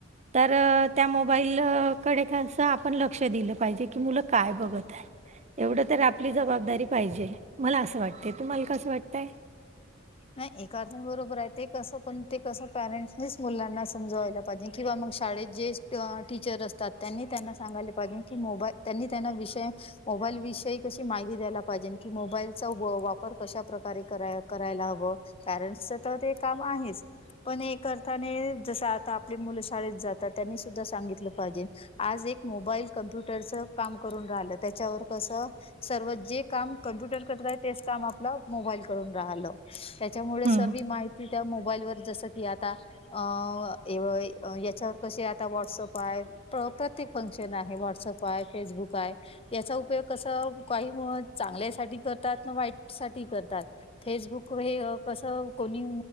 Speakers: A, on the right; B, on the left.
A: तर त्या मोबाईलकडे कसं आपण लक्ष दिलं पाहिजे की, मुलं काय बघत आहे. एवढं तर आपली जबाबदारी पाहिजे, मला असं वाटते तुम्हाला कसं वाटतंय.
B: ह एका अर्था बरोबर आहे, ते कसं पण ते कसं पॅरेंट्सनीच मुलांना समजवायला पाहिजे. किंवा मग शाळेत जे टीचर असतात, त्यांनी त्यांना सांगायले पाहिजे की मोबाईल त्यांनी त्यांना विषय- मोबाईल विषयी कशी माहिती द्यायला पाहिजे की, मोबाईलचा वापर कशा प्रकारे करा करायला हवा. पेरेंट्च तर ते काम आहेच. पण एक अर्थाने जस आता आपली मुलं शाळेत जातात. त्यांनी सुद्धा सांगितलं पाहिजे. आज एक मोबाईल कॉम्प्युटरचा काम करून राहिलं त्याच्यावर कसं- सर्व जे काम कम्प्युटर करत तेच काम आपलं मोबाईल करून राहत. ह्याच्यामुळे
A: हं,
B: सरवी माहिती त्या मोबाईलवर जस की आता- अ एव यांच्यावर कसे आता व्हॉट्सअप आहे. प्रापर ते फंक्शन आहे व्हॉट्सअप आहे फेसबुक आहे. याचा उपयोग कस काही चांगल्या साठी करतात ना वाईट साठी करतात. फेसबुक हे कसं कोणी